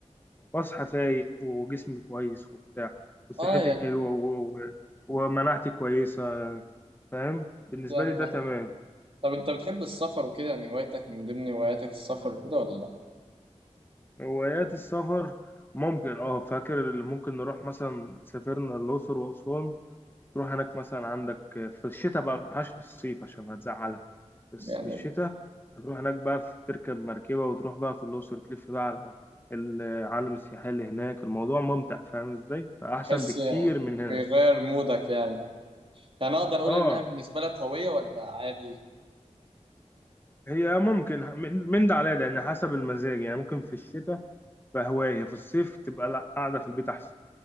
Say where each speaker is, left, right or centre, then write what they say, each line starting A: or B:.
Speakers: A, on the left; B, on the right.
A: واصحى فايق وجسمي كويس وبتاع وصحتي
B: اه يعني
A: حلوه و... و... ومناعتي كويسه فاهم بالنسبه
B: دي اهم
A: لي ده
B: حاجه
A: تمام
B: طب انت بتحب السفر وكده يعني هوايتك من ضمن هواياتك السفر وكده ولا لا
A: هوايات السفر ممكن اه فاكر اللي ممكن نروح مثلا سافرنا الأقصر وأسوان تروح هناك مثلا عندك في الشتاء بقى متروحهاش في الصيف عشان هتزعلها بس
B: يعني
A: في الشتاء هتروح هناك بقى في تركب مركبة وتروح بقى في الأقصر تلف بقى على العالم السياحي اللي هناك الموضوع ممتع فاهم ازاي فأحسن
B: تحس
A: بكتير من هنا
B: بيغير مودك يعني يعني اقدر اقول
A: اه
B: انها بالنسبه لك هويه ولا عادي
A: هي ممكن من من ده على ده يعني حسب المزاج يعني ممكن في الشتاء بقى هواية في الصيف تبقى لا قاعدة في البيت أحسن